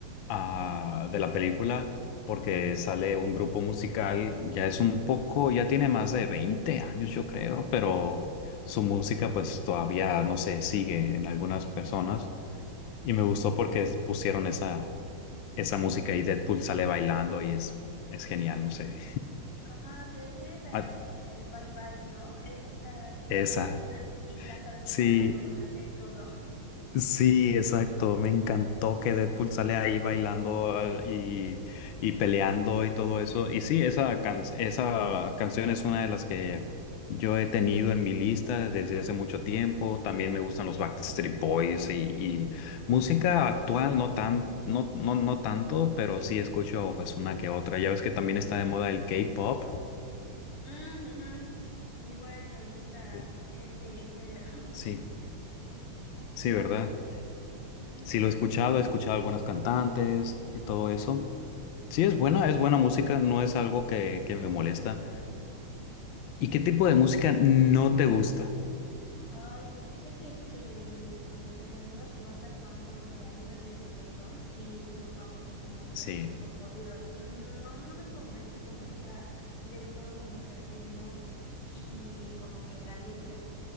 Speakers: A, on the left; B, on the left.
A: ah, de la película porque sale un grupo musical, ya es un poco, ya tiene más de 20 años yo creo, pero su música pues todavía, no sé, sigue en algunas personas y me gustó porque es- pusieron esa, esa música y Deadpool sale bailando y es, es genial, no sé.
B: Ajá, te refieres a
A: Ah,
B: la de Bye Bye, ¿no? Esa está igual
A: esa,
B: muy buena y hasta respetaron
A: sí.
B: la coreografía y todo. <laughs>
A: Sí, exacto. Me encantó que Deadpool sale ahí bailando eh, y, y peleando y todo eso. Y sí, esa, can- esa canción es una de las que yo he tenido en mi lista desde hace mucho tiempo. También me gustan los Backstreet Boys y, y música actual, no tan, no, no, no tanto, pero sí escucho pues una que otra. Ya ves que también está de moda el K-pop.
B: Mm, ujú. Igual me gusta
A: Sí,
B: este género. <laughs>
A: sí, sí, ¿verdad?
B: Sí.
A: Sí, lo he escuchado, he escuchado algunas cantantes y todo eso. Sí, es buena, es buena música, no es algo que, que me molesta. ¿Y qué tipo de música no te gusta?
B: Ay, pues fíjate que como que las nuevas que van sacando de algunas de reggaetón y sus famosos como que
A: Sí,
B: no, cocodrilos, mm, no, no no me convence, no me gusta del todo como que el ritmo y como que la letra.